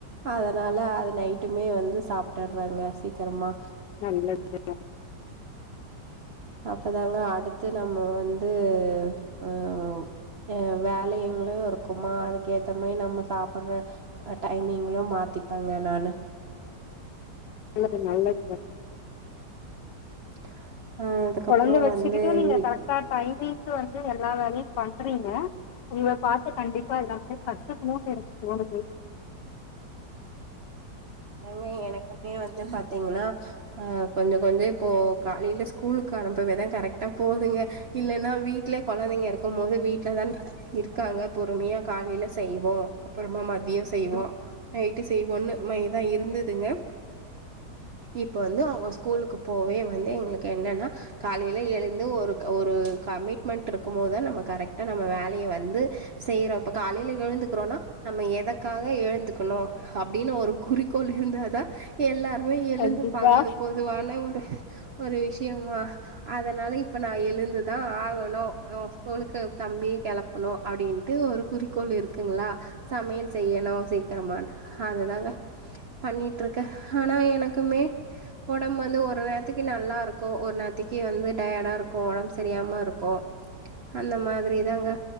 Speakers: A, on the right; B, on the left.
A: அதனால அது நைட்டுமே வந்து சாப்டுற்றோங்க சீக்கிரமா
B: நல்லத்து தாங்க
A: அப்ப தாங்க அடுத்து நம்ம வந்து அம் அ வேலைங்களூ இருக்குமா அதுக்க ஏத்த மாரி நம்ம சாப்பட்ற டைமிங்கலூ மாத்திப்பேங்க நானு
B: என்னது நல்லது தாங்
A: <unintelligible> அதுக்கப்புறோ
B: கொழந்த வெச்சிக்கிட்டூ
A: வந்து
B: நீங்க
A: வீ
B: கரெக்டா டைமிங்க வந்து எல்லா வேலயும் பண்றீங்க உங்க பாத்தா கண்டிப் பா இப்ப எல்லாத்துயூ கத்துக்கணூ எனக்கு தோணுது
A: இல்லங்க எனக்குமே வந்து பாத்தீங்கன்னா ஆ கொஞ்சோ கொஞ்சோ இப்ப காலேல ஸ்கூலுக்கு அனுப்பவே தா கரெக்டா போகுதுங்க இல்லனா வீட்லயே கொழந்தைங்க இருக்கும் போது வீட்லதான இருக்காங்க பொறுமையா காலேல செய்வோ அப்பறமா மதியோ செய்வோ
B: ம்
A: நைட்டு செய்வோன்னு மாரிதா இருந்ததுங்க இப்ப வந்து அவுங்க ஸ்கூலுக்கு போவே வந்து எங்களுக்கு என்னன்னா காலேல எழுந்து ஒரு ஒரு கமிட்மெண்ட் இருக்கும் போதுதா நம்ம கரெக்ட்டா நம்ம வேலய வந்து செய்றோ இப்ப காலேல எழுந்துக்கிறோன்னா நம்ம எதக்காக எழுந்துக்கணு அப்டின்னு ஒரு குறிக்கோள் இருந்தாதா எல்லாருமே எழுந்துப்பாங்க
B: கண்டிப்பா
A: அது பொதுவான ஒரு ஒரு விஷயமா அதனால இப்ப நா எழுந்துதா ஆகணு ஒ ஸ்கூலுக்கு தம்பியு கெளப்ப னு அப்டின்ட்டு ஒரு குறிக்கோள் இருக்குங்களா சமையல் செய்யணு சீக்கிரமான்னு அதுதாங்க பண்ணிட்டுருக்கே ஆனா எனக்குமே ஒடம்பு வந்து ஒரு நேரத்திக்கி நல்லா இருக்கு ஒரு நேரத்திக்கி வந்து டயர்டா இருக்கு ஒடம்ப சரியாம இருக்கு அந்த மாதிரி தாங்க